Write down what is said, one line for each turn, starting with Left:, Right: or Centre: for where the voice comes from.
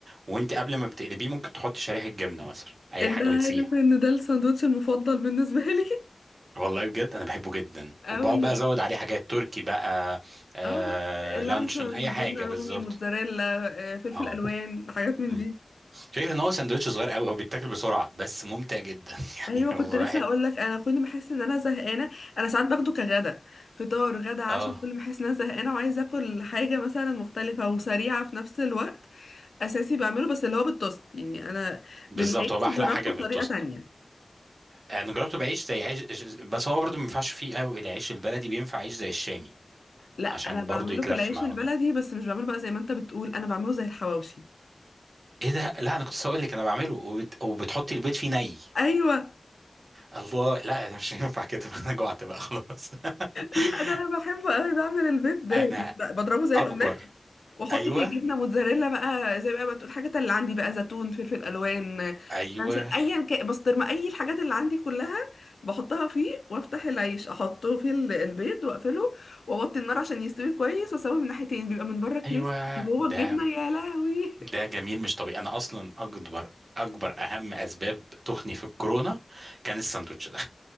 Right: وانت قبل ما بتقلبيه ممكن تحطي شريحة جبنة مثلا اي
Left: انت
Right: حاجة
Left: عارف
Right: بتسيح
Left: ان ده الساندوتش المفضل بالنسبة لي
Right: والله بجد انا بحبه جدا
Left: <laughs> قوي
Right: وبقعد بقى ازود عليه حاجات تركي بقى آه
Left: اه اللانشون
Right: لانشون اي حاجة
Left: جبنة رومي
Right: بالظبط
Left: موتزاريلا آه، فلفل
Right: اه
Left: الوان حاجات من
Right: مم.
Left: دي
Right: فكرة ان هو سندوتش صغير قوي هو بيتاكل بسرعة بس ممتع جدا <laughs> يعني
Left: ايوه
Right: هو
Left: كنت لسه
Right: واحد
Left: هقول لك انا كل ما احس ان انا زهقانه انا ساعات باخده كغدا فطار غدا عشاء
Right: اه
Left: كل ما احس ان انا زهقانه وعايزه اكل حاجه مثلا مختلفه وسريعه في نفس الوقت اساسي بعمله بس اللي هو بالتوست يعني انا
Right: بالظبط
Left: بالعيش
Right: هو بقى احلى
Left: جربته
Right: حاجه في
Left: بطريقه
Right: التوست
Left: تانية
Right: انا جربته بعيش زي عيش بس هو برضه ما ينفعش فيه قوي العيش البلدي بينفع عيش زي الشامي
Left: لا
Right: عشان
Left: انا بعمله
Right: برضه يتلف
Left: في العيش
Right: معاه
Left: البلدي
Right: كده
Left: بس مش بعمله بقى زي ما انت بتقول انا بعمله زي الحواوشي
Right: ايه ده لا انا كنت لسه هقول لك انا بعمله وبت... وبتحطي البيض فيه ني
Left: ايوه
Right: الله لا مش هينفع كده <laughs> انا جوعت بقى خلاص <laughs>
Left: لا ده انا بحبه قوي بعمل البيض ده
Right: انا
Left: يعني، بضربه زي
Right: اكبر
Left: الاومليت واحط
Right: ايوه
Left: فيه جبنه موتزاريلا بقى زي بقى ما تقول الحاجات اللي عندي بقى زيتون فلفل الوان
Right: ايوه
Left: بنشر ايا كان بسطرمه اي الحاجات اللي عندي كلها بحطها فيه وافتح العيش احطه في ال- البيض واقفله واوطي النار عشان يستوي كويس واسويه من ناحيتين بيبقى من بره كريسبي
Right: ايوه
Left: من جوه
Right: ده
Left: الجبنه يا لهوي
Right: ده جميل مش طبيعي انا اصلا اكبر اكبر اهم اسباب تخني في الكورونا كان الساندوتش ده